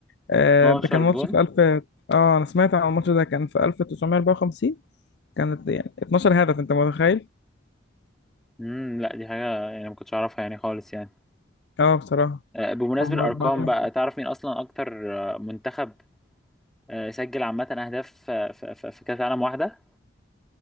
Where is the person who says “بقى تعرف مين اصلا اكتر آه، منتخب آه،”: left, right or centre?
Centre